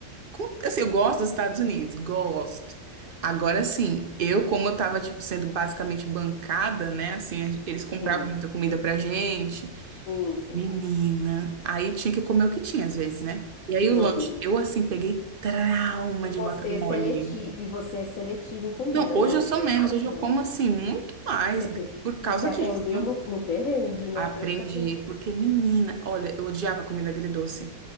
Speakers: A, on the right (about 50°); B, on the left (about 65°).
A: com- Assim, eu gosto dos Estados Unidos, gosto. Agora sim, eu, como eu tava, tipo, sendo basicamente bancada, né? Assim, a gen- eles compravam
B: Sim,
A: muita comida pra gente.
B: sim, sim.
A: Menina. Aí tinha que comer o que tinha, às vezes, né? E aí
B: Meu
A: o lanche,
B: Deus.
A: eu, assim, peguei trauma
B: E
A: de
B: você
A: guacamole.
B: é seletivo, e você é seletivo em comida,
A: Não, hoje
B: né, amigo?
A: eu sou
B: Eu
A: menos,
B: imagino.
A: hoje eu como, assim, muito mais
B: Você teve...
A: por causa
B: E você aprendeu
A: disso.
B: no, no perrengue, né?
A: Aprendi,
B: Teve que aprender.
A: porque menina, olha, eu odiava comida agridoce.